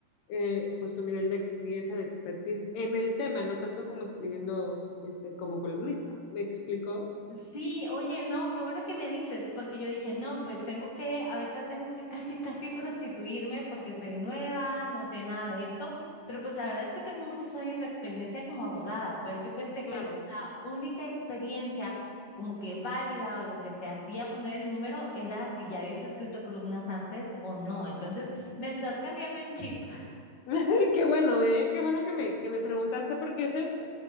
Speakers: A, on the left; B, on the left.
A: eh, pues tu nivel de experiencia, de expertise en el tema, no tanto como escribiendo este, como columnista. ¿Me explico?
B: Sí, oye, no, qué bueno que me dices, porque yo dije, no, pues tengo que, ahorita tengo que <laughs> casi, casi prostituirme porque soy nueva, no sé nada de esto, pero pues la verdad es que tengo muchos años de experiencia como abogada, pero yo pensé
A: Claro.
B: que la única experiencia como que válida o lo que te hacía poner el número era si ya habías escrito columnas antes o no, entonces me estás cambiando el chip, <laughs>
A: <laughs> Qué bueno, ¿eh? Qué bueno que me, que me preguntaste porque eso es,